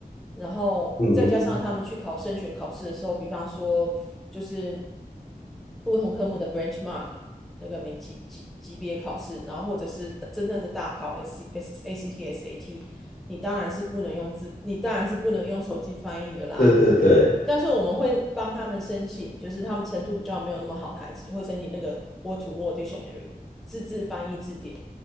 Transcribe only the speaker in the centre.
然后再加上他们去考升学考试的时候，
比方说就是不同科目的 benchmark 那个每级级级别考试，然后或者是真正的大考 S S A C T S A T，你当然是不能用字，你当然是不能用手机翻译的啦。
但是我们会帮他们申请，就是他们程度比较没有那么好的孩子，会申请那个 Word to Word Dictionary 自制翻译字典，